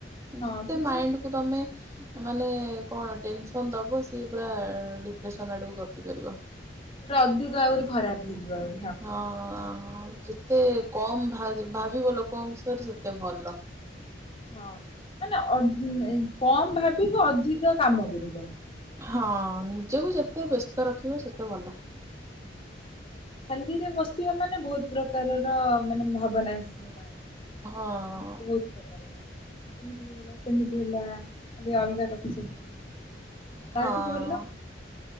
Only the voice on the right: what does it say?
ଯେତେ
ମାଇଣ୍ଡକୁ ତମେ ମାନେ କଣ ଟେନସନ୍ ଦବ ସିଏ ପୁରା ଡିପ୍ରେସନ ଆଡକୁ ଗତି କରିବ।
ହଁ ଯେତେ କମ୍ ଭାଜ ଭାବିବ ଲୋକଙ୍କ ବିଷୟରେ ସେତେ ଭଲ।
ହଁ ନିଜକୁ ଯେତେ ବ୍ୟସ୍ତ ରଖିବ ସେତେ ଭଲ।
ହଁ
ହଁ